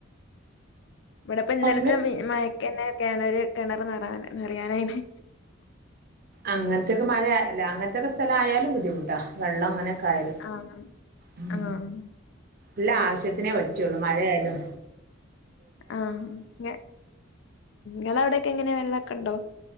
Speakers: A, on the left; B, on the right.
A: ഇവിടെപ്പോ ഇന്നലത്തെ
B: അങ്ങ
A: മി മയക്കെന്നെ കിണര് കിണർ നിറാൻ നിറയാൻ അയ്ന്.
B: അങ്ങനത്തൊക്കെ മഴയല്ല അങ്ങനത്തെക്കെ സ്ഥലം ആയാലും ബുദ്ധിമുട്ടാ വെള്ളം ഇങ്ങനെ. ക്കായാൽ
A: ആഹ്
B: ഉം
A: ആഹ്
B: എല്ല ആവശ്യത്തിനേ പറ്റുള്ളു മഴയാലും
A: ആ ഞ്ഞ മം അവിടെക്കെ എങ്ങനെയാ വെള്ളൊക്കെ ഇണ്ടോ?